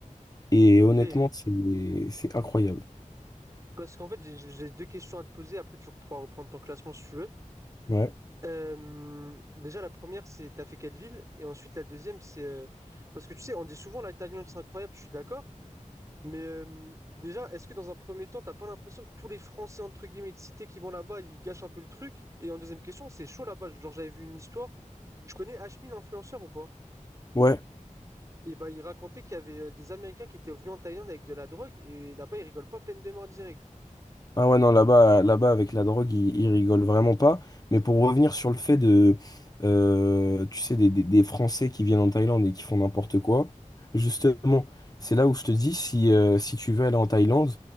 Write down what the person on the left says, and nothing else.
Et
honnêtement, c'est, c'est incroyable.
Ouais.
Ouais.
Ah ouais, non, là-bas, là-bas, avec la drogue, ils, ils rigolent vraiment pas. Mais pour revenir sur le fait de, euh, tu sais, des, des- des Français qui viennent en Thaïlande et qui font n'importe quoi, justement, c'est là où je te dis, si, euh, si tu veux aller en Thaïlande,